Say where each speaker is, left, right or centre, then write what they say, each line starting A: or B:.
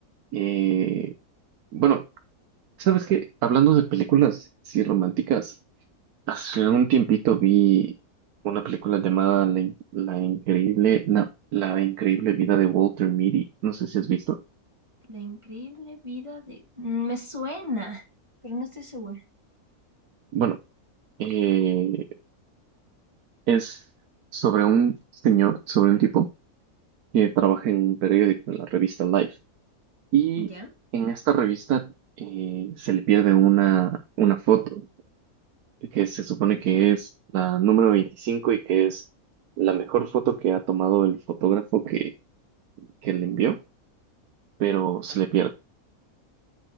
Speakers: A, on the right (about 85°); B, on the right (about 20°).
A: Eh, bueno, ¿sabes qué? Hablando de películas, sí, románticas, hace un tiempito vi una película llamada La, In- La increíble, no, La increíble vida de Walter Mitty. No sé si has visto.
B: La increíble vida de... Me suena, pero no estoy segura.
A: Bueno, eh, es sobre un señor, sobre un tipo que trabaja en un periódico, en la revista Life. Y
B: ¿Ya?
A: en esta revista eh, se le pierde una, una foto que se supone que es la número 25 y que es la mejor foto que ha tomado el fotógrafo que, que le envió, pero se le pierde.